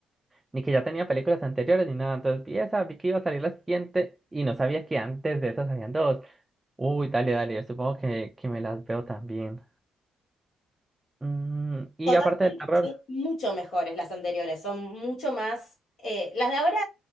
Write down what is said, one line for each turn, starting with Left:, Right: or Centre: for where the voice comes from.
Right: ni que ya tenía películas anteriores ni nada. Entonces vi esa, vi que iba a salir la siguiente y no sabía que antes de esas habían dos. Uy, dale, dale, yo supongo que, que me las veo también. Mm, y
Left: Totalmente,
Right: aparte del terror,
Left: que son mucho mejores las anteriores, son mucho más... eh, las de ahora,